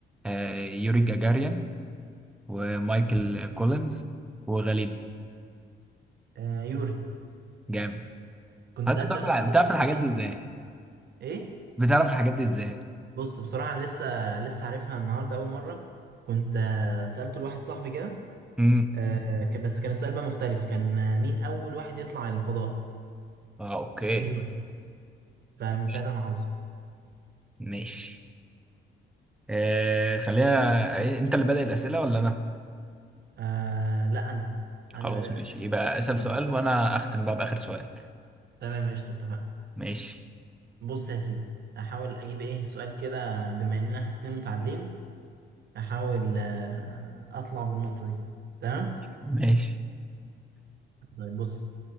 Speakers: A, in the centre; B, on the right (about 55°).
A: آه، يوري جاجاريان ومايكل كولينز وغاليلو
B: آه يوري
A: جامد
B: كنت
A: انت
B: سالت
A: بتعرف
B: انا
A: الع-
B: السؤال
A: بتعرف
B: ده واحد
A: الحاجات
B: صاحبي
A: دي ازاي
B: ايه
A: بتعرف الحاجات دي ازاي
B: بص بصراحه أنا لسه لسه عارفها النهارده اول مره كنت آه، سالته لواحد صاحبي كده
A: امم
B: آه كان- بس كان السؤال بقى مختلف كان آه، مين اول واحد يطلع الفضاء
A: اه اوكي
B: فكان يوري فمن
A: تمام
B: ساعتها انا حافظه
A: ماشي آه خلينا إيه، انت اللي بادئ الاسئله ولا انا
B: آه لا انا
A: خلاص
B: انا اللي بدأ الاسئله
A: ماشي يبقى اسال
B: طب
A: سؤال وانا اختم بقى باخر سؤال
B: تمام قشطه اتفقنا
A: ماشي
B: بص يا سيدي احاول اجيب ايه سؤال كده بما اننا احنا اتنين متعادلين احاول آه، اطلع بالنقطة دي تمام
A: ماشي
B: طيب بص